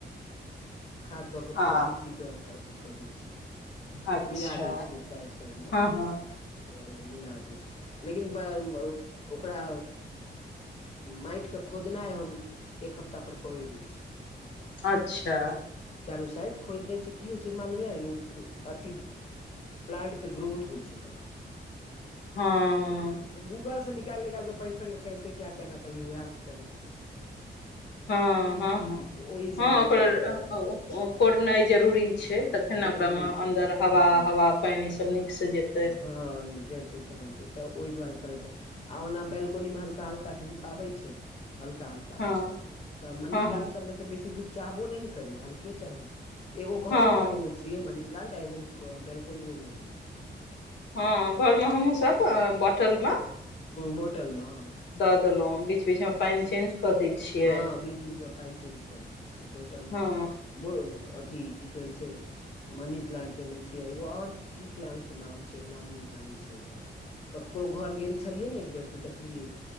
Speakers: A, on the left; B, on the left.
A: खाद दऽ कऽ पूरा
B: आ
A: मिट्टीके अथी कऽ दै छी
B: अच्छा
A: मिला दै छियै साइड साइड मे
B: हँ हँ
A: ओ मिला दै छियै लेकिन ब--ब--ओकरा माटि के खोदनाइ हम एक हफ्ता पर कए दै छी
B: अच्छा
A: चारू साइड खोदि दै छियै की होइ छै मालुम यै अथि प्लांट के ग्रोथ होइ छै तहन
B: हँ
A: गूगल स निकैल निकैल कऽ पढ़ि पढ़ि कऽ कैसे क्या करना चाहिए उएह सब कहय छियै
B: हँ हँ हँ
A: ओहि
B: हँ
A: से हेल्प
B: ओकर
A: ल प
B: कोड़नाइ जरूरी छै
A: हँ हँ
B: तखनऽ
A: जरूरी
B: <unintelligible> मे
A: छै
B: अंदर हवा
A: हँ
B: हवा पैन सब निक से जेत
A: हँ जेत तहन तऽ ओहि दुआरे करैत त आ ओना बेलकोनी मे हल्का हल्का धूप आबै छै हल्का हल्का
B: हँ
A: तऽ मनी
B: हँ
A: प्लांट
B: हँ
A: सभमे तऽ बेसी धूप चाहबो नै ने करी हल्के चाही एगो
B: हँ
A: घरो मे लगेने छियै मनी प्लांट आ एगो बेलकोनियो मे लगेने छियै
B: हँ घरमे हमहूँसभ बॉटलमे
A: बोटलमॅ
B: दअ देलोउ बीच बीच मे पैन चेंज क दै छियै
A: हँ बीच बीच मे पैन चेंज कऽ दै छियै बोटल
B: हँ
A: मे ब अथी की कहै छै मनी प्लांट देने छियै एगो आओर की प्लांट के नाम छै नाम नै जानै छियै ओकर ककरो घर गेल छलियै ने एक बेर तऽ देखलियै